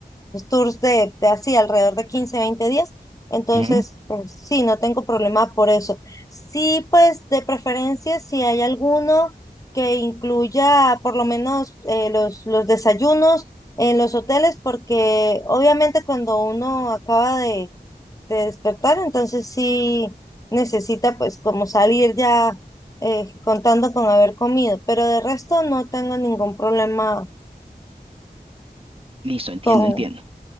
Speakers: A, on the left (about 20°); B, on the right (about 35°).
A: los tours de, de así alrededor de 15 20 días. Entonces,
B: Ujú.
A: pues, sí, no tengo problema por eso. Sí, pues de preferencia, si hay alguno que incluya por lo menos eh, los, los desayunos en los hoteles, porque obviamente cuando uno acaba de, de despertar, entonces sí necesita pues como salir ya eh, contando con haber comido, pero de resto no tengo ningún problema
B: Listo, entiendo,
A: con...
B: entiendo.